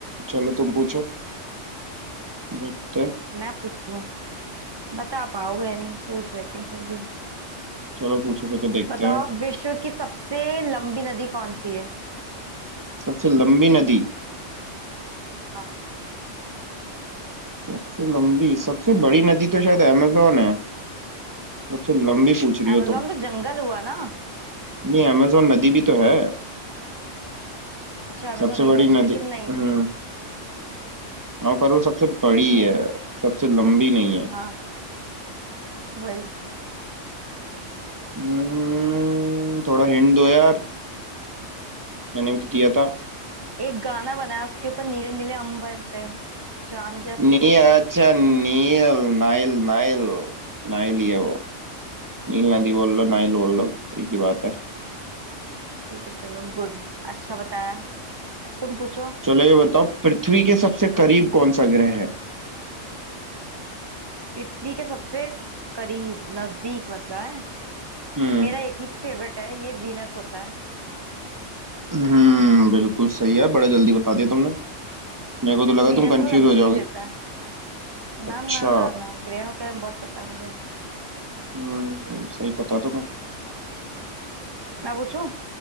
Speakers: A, on the right; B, on the right.
A: चलो तुम पूछो देखते हैं
B: मैं पूछूं बता पाओगे नहीं पूछ लेती हूँ फिर भी
A: चलो पूछो पूछो देखते
B: बताओ
A: हैं
B: विश्व की सबसे लंबी नदी कौन सी है
A: सबसे लंबी नदी
B: हाँ
A: सबसे लंबी सबसे बड़ी नदी तो शायद अमेजोन है सबसे लंबी पूछ रही हो
B: amazon
A: तुम
B: तो जंगल हुआ ना
A: नहीं अमेजोन नदी भी तो है
B: अच्छा amazon
A: सबसे बड़ी
B: रिवर
A: नदी
B: लेकिन नहीं
A: हम्म हाँ पर वो सबसे बड़ी
B: वो
A: है सबसे लंबी नहीं है
B: हाँ वही
A: हम्म थोड़ा हिंट दो यार मैंने भी तो दिया था
B: एक गाना बनाया उसके ऊपर नीले नीले अंबर पे चांद
A: नी अच्छा नील नाइल नाइल नाइल ही है वो नील नदी बोल लो नाइल बोल लो एक ही बात है
B: ठीक है चलो गुड अच्छा बताया अब तुम पूछो
A: चलो ये बताओ पृथ्वी के सबसे करीब कौन सा ग्रह है
B: पृथ्वी के सबसे करीब नजदीक मतलब है
A: हम्म
B: मेरा एक ही फेवरेट है ये वीनस होता है
A: हम्म बिल्कुल सही है बड़ा जल्दी बता दिया तुमने मेरे को
B: क्योंकि
A: तो लगा
B: वीनस
A: तुम कंफ्यूज
B: में लग्जरी
A: हो जाओगे
B: देता है ना
A: अच्छा
B: ना ना ना ग्रहों के बारे में बहुत पता है मुझे
A: हम्म सही पता तो मैं
B: मैं पूछूं